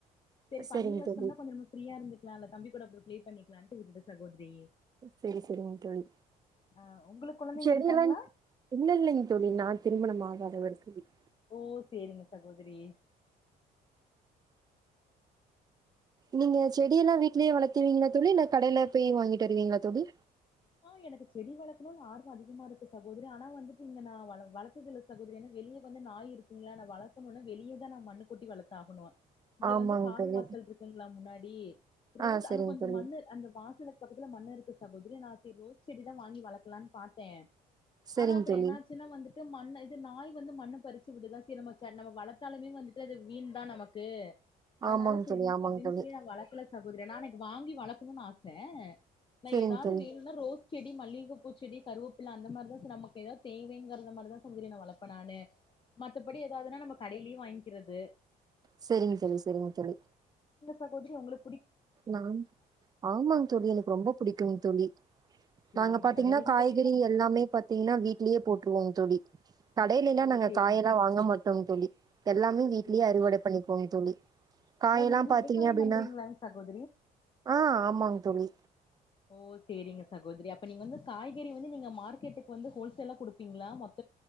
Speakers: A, on the left; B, on the right.
A: செரி
B: சரிங்க
A: பண்ணி வச்டம்னா
B: தோழி
A: கொஞ்சோ நம்ம ஃபிரீயா இருந்துக் இவ அந்த தம்பி கூட அப்புறோ ப்ளே பண்ணிக்கலான்ட்டு விட்டுட்ட சகோதிரி
B: செரி செரிங்க் தோழி
A: ஆ உங்களுக்கு கொழந்தைங்க
B: செடியெல்லா
A: இருக்காங்களா
B: இல்ல இல்லைங் தோழி நா திருமணம் ஆ ஆகாத வரைக்கு விட்
A: ஓ சேரிங்க சகோதிரி
B: நீங்க செடியெல்லா வீட்லயே வளத்துருவீங்களா தோழி இல்ல கடைல போய் வாங்கிட்டு வருவீங்களா தோழி
A: ஆ எனக்கு செடி வளக்கணுன் ஆர்வ அதிகமா இருக்கு சகோதிரி ஆனா வந்துட்டு இங்க நா வள வளத்ததுல்ல சகோதிரி ஏன்னா வெளிய வந்து நாய் இருக்குங்களா நா வளக்கணும்னா வெளிய தா நா மண்ணு கொட்டி வளத்தாகணு இங்க
B: ஆமாங்க
A: வந்து காரு
B: தோழி
A: வாசல் இருக்குங்களா முன்னாடி டி ரோஸ்
B: ஆ சரிங்க
A: அங்க கொஞ்சோ
B: தோழி
A: மண்ணு அந்த வாசலுக்கு பக்கத்துல மண்ணு இருக்கு சகோதிரி நா செரி ரோஸ் செடி தா வாங்கி வளக்கலான் பாத்தே
B: சரிங்க
A: ஆனா அப்புறோ
B: தோழி
A: என்னாச்சுனா வந்துட் மண்ண இது நாய் வந்து மண்ண பறிச்சு விடுதா செரி நம்ம செ நம்ம வளத்தாலுமே வந்துட்டு அது வீண் தா நமக்கு அதனால
B: ஆமாங்க
A: செரின்ட்டு
B: தோழி ஆமாங்க
A: அப்டின்
B: தோழி
A: சொல்லி நாங்க வளக்கல சகோதிரி நா எனக்கு வாங்கி வளக்கணுன் ஆச நா
B: சரிங்க
A: ஏதாவது
B: தோழி
A: வேணு பூச்செடி மல்லிகப்பூச்செடி கருவேப்பில அந்த மாரிதா சேர் நமக்கு எதாவது தேவைங்குறத மாரிதா சகோதிரி நா வளப்ப நானு மத்தபடி எதாவதுன்னா நம்ம கடையிலே வாய்ங்கிறது
B: செரிங் தோழி செரிங் தோழி
A: சகோதிரி உங்களுக்
B: நான் ஆமாங் தோழி எனக்கு ரொம்ப புடிக்குங் தோழி
A: சேரிங்க
B: நாங்க பாத்தீங்னா
A: சகோதரி உங்க
B: காய்கறி
A: வீட்ல
B: எல்லாமே பாத்தீங்னா வீட்லயே போட்ருவோங் தோழி கடையிலேல்லா
A: ஓ
B: நாங்க
A: சேரிங்
B: காயெல்லா வாங்க மாட்டோங் தோழி எல்லாமே வீட்லியே
A: சேரி
B: அறுவட பண்ணிக் போயே தோழி காயெல்லா
A: ஓ நீங்க வந்து
B: பாத்தீங்க
A: விவசாயம்
B: அப்டின்னா
A: பண்றீங்ளாங் சகோத்
B: ஆ ஆமாங் தோழி
A: ஓ சேரிங்க சகோதரி அப்ப நீங்க வந்து காய்கறி வந்து நீங்க மார்க்கெட்டுக்கு வந்து ஹோல்சேலா குடுப்பீங்ளா மொத்